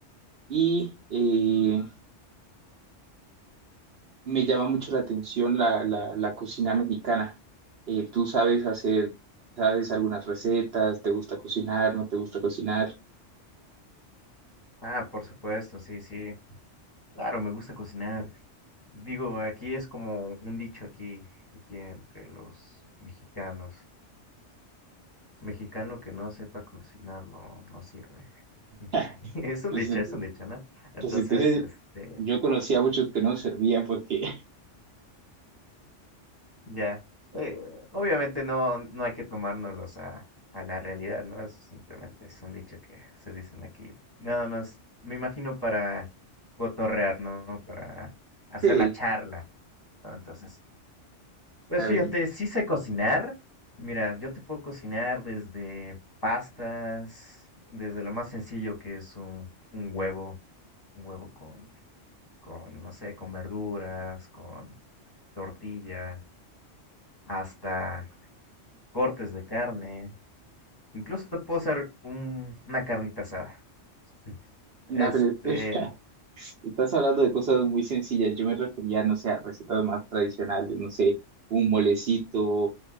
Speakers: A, on the right; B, on the left.
A: Y eh, me llama mucho la atención la, la, la cocina mexicana. Eh, ¿tú sabes hacer, sabes algunas recetas? ¿Te gusta cocinar? ¿No te gusta cocinar?
B: Ah, por supuesto, sí, sí. Claro, me gusta cocinar. Digo, aquí es como un dicho aquí, aquí entre los mexicanos. Mexicano que no sepa cocinar no, no sirve. <laughs>
A: <laughs>
B: Es un
A: Pues,
B: dicho, es un dicho, ¿no? Entonces,
A: pues entonces
B: este,
A: yo conocía a muchos que no servían porque...
B: Ya. Eh, obviamente no, no hay que tomárnoslos a, a la realidad, ¿no? Es simplemente es un dicho que se dicen aquí. Nada más, me imagino para cotorrear, ¿no? Para hacer
A: Sí,
B: la charla, ¿no? Entonces, pues
A: a
B: fíjate,
A: ver,
B: sí sé cocinar. Mira, yo te puedo cocinar desde pastas, desde lo más sencillo que es un, un huevo, un huevo con, con, no sé, con verduras, con tortilla, hasta cortes de carne Incluso te puedo hacer un- una carnita asada. <laughs> Este,
A: na, pero <laughs> o sea, estás hablando de cosas muy sencillas. Yo me refería, no sé, a recetas más tradicionales, no sé, un molecito,